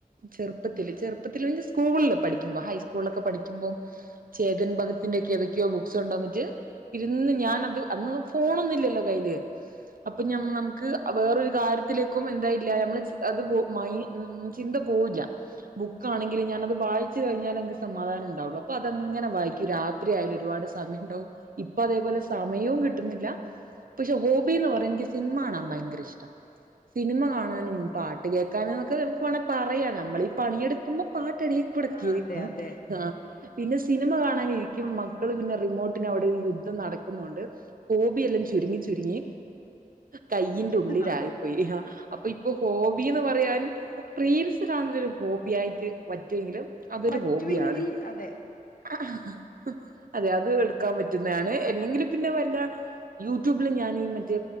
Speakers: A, on the right; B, on the left.
A: ചെറുപ്പത്തിൽ ചെറുപ്പത്തില് മെൻ സ്കൂളിൽ പഠിക്കുമ്പോ ഹൈസ്കൂളിലൊക്കെ പഠിക്കുമ്പോം ചേതൻ ഭഗത്തിന്റെ ഒക്കെ ഏതൊക്കെയോ ബുക്സോ ഉണ്ടോ വന്നിട്ട് ഇരുന്ന് ഞാൻ അത് അന്ന് ഫോണന്നില്ലല്ലോ കയ്യില് അപ്പൊ നമുക്ക് വേറൊരു കാര്യത്തിലേക്കും എന്തായില്ല നമ്മള് അത് മയി ഉം ചിന്ത പോവല്ല ബുക്കാണെങ്കിൽ ഞാന അത് വായിച്ച് കഴിഞ്ഞാൽ എക്ക് സമാധാനം ഉണ്ടാവുള്ളു അപ്പൊ അതെങ്ങനെ വായിക്കും രാത് എ ആയാലും ഒരുപാട് സമയം ഉണ്ടാവും ഇപ്പൊ അതേപോലെ സമയവും കി കിട്ട് ന്നില്ല പക്ഷെ ഹോബിന്ന് പറഞ്ഞ എനിക്ക് സിനിമ കാണാൻ ഭയങ്കര ഇഷ്ട്ടാ സിനിമ കാണാനും
B: ആണോ
A: പാട്ട് കേൾക്കാനുംക്കെ നമുക്ക് വേണെങ്ക പറയാം നമ്മൾ ഈ പണിയെടുക്കുമ്പോ പാട്ട്ടി കുടെ
B: ആ
A: കേക്കും
B: അതെ അതെ
A: ആ പിന്നെ സിനിമ കാണാനിരിക്കും മക്കള് പിന്നെ റിമോട്ടന് അവിടെ ഒരു യുദ്ധം നടക്കുന്നുണ്ട് ഹോബിയെല്ലാം. ചുരുങ്ങി ചുരുങ്ങി കൈയിന്റെ ഉള്ളിലായി..
B: അതെ
A: ഇ ഹ. അപ്പൊ ഇപ്പൊ ഹോബിന്ന് പറയാൻ.. പ്രീൽസ് കാണലൊരു. ഹോബി ആയിട്ട് വറ്റുവെങ്കിലും. അതൊരു
B: പറ്റുമെങ്കിൽ
A: ഹോബിയാണ്..
B: അതെ
A: അ, ഹ്. അതെ അത് എടുക്കാൻ പറ്റുന്നണ്. അല്ലെങ്കിൽ. പിന്നെ വല്ല.. യൂട്യൂബില് ഞൻ മറ്റേ.